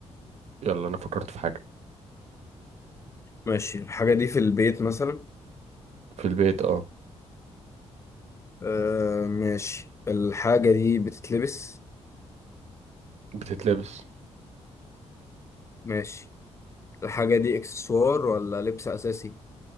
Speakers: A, on the right; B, on the left.
A: يلا أنا فكرت في حاجة
B: ماشي الحاجة دي في البيت مثلا
A: في البيت أه
B: آه ماشي الحاجة دي بتتلبس
A: بتتلبس
B: ماشي الحاجة دي اكسسوار ولا لبس أساسي؟